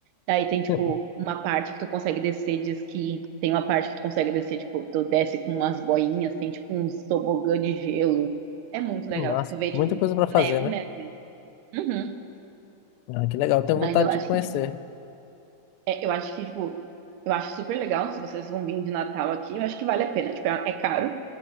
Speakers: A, on the right; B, on the left.
A: Aí tem, tipo,
B: <laughs>
A: uma parte que tu consegue descer diz que Tem uma parte que tu consegue descer, tipo, tu desce com umas boinhas. Tem, tipo, uns tobogã de gelo. É muito legal.
B: Que massa.
A: Tu vê,
B: Muita
A: tipo,
B: coisa para fazer,
A: neve
B: né?
A: mesmo. Uhum.
B: Ah, que legal. Tenho
A: Mas
B: vontade
A: eu acho
B: de conhecer.
A: que, tipo, é- eu acho que, tipo, eu acho super legal. Se vocês vão vir de Natal aqui, eu acho que vale a pena. Tipo, é, é caro,